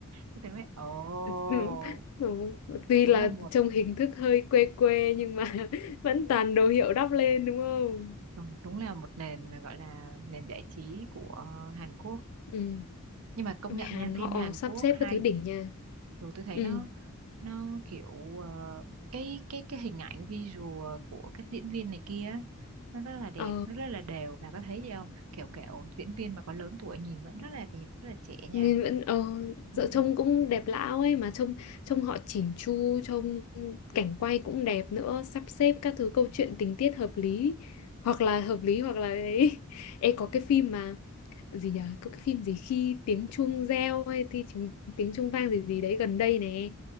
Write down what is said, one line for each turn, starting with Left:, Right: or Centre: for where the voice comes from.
Right: thế tôi mới ồ
Left: ừ. Ừ. tuy
Right: đúng
Left: là
Right: là một
Left: trông hình thức hơi quê quê nhưng mà <laughs> vẫn toàn đồ hiệu đắp lên đúng không
Right: Ừ, đúng là một nền gọi là nền giải trí của Hàn Quốc
Left: ừ
Right: nhưng mà công
Left: Ôi,
Right: nhận
Left: Hàn
Right: nha phim
Left: họ
Right: Hàn
Left: sắp
Right: Quốc
Left: xếp
Right: hay
Left: các thứ đỉnh nha
Right: rồi tôi thấy
Left: ừ
Right: nó nó kiểu ờ, cái cái cái hình ảnh visual của các diễn viên này kia á, nó rất là đẹp
Left: ờ
Right: nó rất là đều bà có thấy gì không kiểu kiểu diễn viên mà có lớn tuổi nhìn vẫn rất là đẹp rất là trẻ nha
Left: Nhìn vẫn ờ
Right: ừ,
Left: dạo trông cũng đẹp lão ấy mà trông trông họ chỉn chu trông cảnh quay cũng đẹp nữa sắp xếp các thứ câu chuyện tình tiết hợp lý hoặc là hợp lý hoặc là ấy <laughs> Ê, có cái phim mà gì nhở có cái phim gì khi tiếng chuông reo hay thì chúng, tiếng chuông vang gì gì đấy gần đây nè